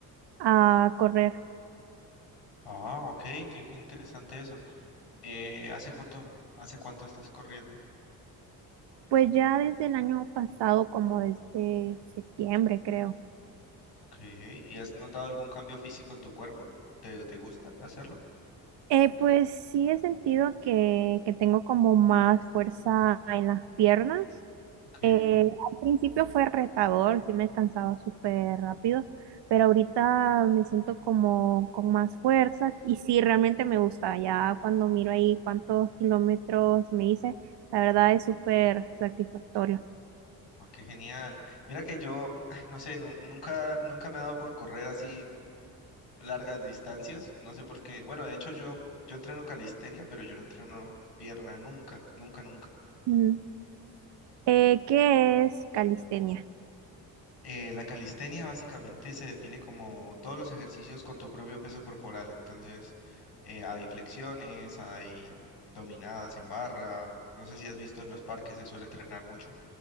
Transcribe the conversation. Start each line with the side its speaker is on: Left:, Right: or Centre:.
Right: a correr.
Left: Ah, ok, qué, qué interesante eso. Eh, ¿hace cuánto, hace cuánto estás corriendo?
Right: Pues ya desde el año pasado, como desde septiembre, creo.
Left: Ok, ¿y has notado algún cambio físico en tu cuerpo? ¿Te, te gusta hacerlo?
Right: Eh, pues sí he sentido que, que tengo como más fuerza en las piernas.
Left: Ok,
Right: Eh, al principio fue retador, sí me cansaba súper rápido, pero ahorita me siento como con más fuerza y sí, realmente me gusta. Ya cuando miro ahí cuántos kilómetros me hice, la verdad es súper satisfactorio.
Left: ah, qué genial. Mira que yo, <sighs> <laughs> no sé, nu- nunca, nunca me he dado por correr así largas distancias. No sé por qué. Bueno, de hecho yo, yo entreno calistenia, pero yo no entreno pierna nunca, nunca, nunca.
Right: Mm. Eh, ¿qué es calistenia?
Left: Eh, la calistenia básicamente se define como todos los ejercicios con tu propio peso corporal. Entonces, eh, hay flexiones, hay dominadas en barra. No sé si has visto en los parques, se suele entrenar mucho